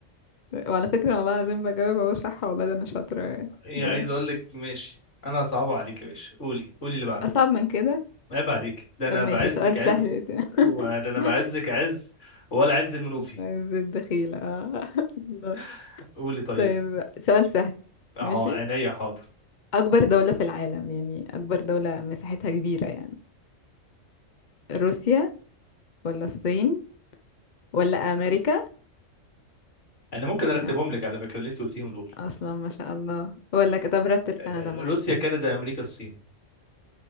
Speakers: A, on the left (about 45°); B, on the left (about 65°).
A: وعلى فكرة والله العظيم بجاوب أهو صح والله ده أنا شاطرة
B: آه،
A: يعني
B: ايه
A: ماشي
B: عايز اقول لك ماشي انا صعب عليك يا باشا قولي قولي اللي بعده
A: أصعب من كده
B: عيب عليك ده انا
A: طب ماشي
B: بعزك
A: سؤال
B: عز
A: سهل ده.
B: وب- ده انا
A: <laughs>
B: بعزك عز ولا عز المنوفي
A: عايز الدخيلة آه. <laughs>
B: <laughs> قولي طيب
A: طيب سؤال سهل
B: اه
A: ماشي
B: عينيا حاضر
A: أكبر دولة في العالم يعني أكبر دولة مساحتها كبيرة يعني روسيا ولا الصين ولا أمريكا
B: انا ممكن ارتبهم
A: يعني
B: لك على فكره اللي انت قلتيهم دول
A: أصلا ما شاء الله ولا ك- طب رتب
B: آه،
A: كندا معايا
B: روسيا كندا امريكا الصين